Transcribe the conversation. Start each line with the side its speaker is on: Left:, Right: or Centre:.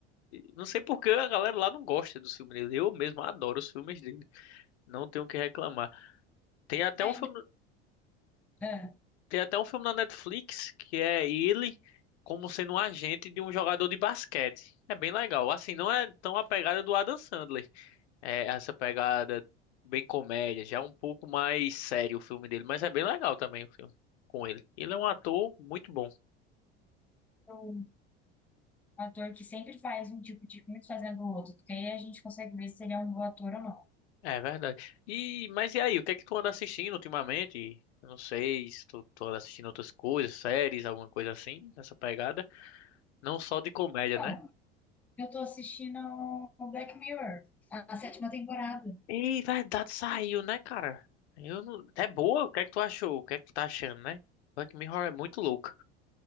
Left: Não sei por que a galera lá não gosta dos filmes dele. Eu mesmo adoro os filmes dele. Não tenho o que reclamar. Tem até
Centre: Tem.
Left: um filme,
Centre: Ah,
Left: tem até um filme na Netflix que é ele como sendo um agente de um jogador de basquete. É bem legal. Assim, não é tão a pegada do Adam Sandler. É essa pegada bem comédia, já é um pouco mais sério o filme dele, mas é bem legal também o filme com ele. Ele é um ator muito bom.
Centre: o ator que sempre faz um tipo de filme fazendo o outro, porque aí a gente consegue ver se ele é um bom ator ou não.
Left: É verdade. E, mas e aí, o que é que tu anda assistindo ultimamente? Eu não sei se tu, tu anda assistindo outras coisas, séries, alguma coisa assim, nessa pegada. Não só de comédia,
Centre: Pronto.
Left: né?
Centre: Eu tô assistindo o Black Mirror, a sétima temporada.
Left: Ei, verdade, saiu, né, cara? Eu não... É boa, o que é que tu achou? O que é que tu tá achando, né? Black Mirror é muito louco.